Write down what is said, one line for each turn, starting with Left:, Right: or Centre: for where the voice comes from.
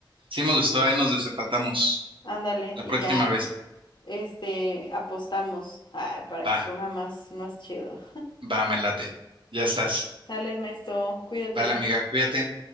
Right: Sí me gustó, ahí nos desempatamos.
Left: Ándale,
Right: La
Left: y
Right: próxima
Left: ya,
Right: vez.
Left: este, apostamos, ay, para
Right: Va,
Left: que se ponga más, más chido.
Right: va, me late. Ya estás.
Left: Sale, Ernesto, cuídate.
Right: Vale, amiga, cuídate.